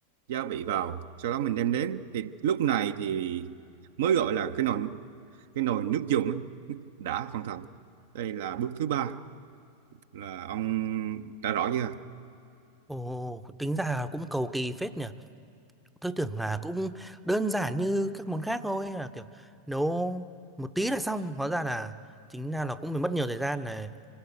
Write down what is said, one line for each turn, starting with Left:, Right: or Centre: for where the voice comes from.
Right: gia vị vào sau đó mình đem đến thì lúc này thì mới gọi là cái nồi cái nồi nước dùng ấy, đã hoàn thành đây là bước thứ ba là ông đã rõ chưa
Centre: Ồ, tính ra là cũng cầu kỳ phết nhỉ. tôi tưởng là cũng đơn giản như các món khác thôi là kiểu nấu một tí là xong hóa ra là chính ra là cũng phải mất nhiều thời gian này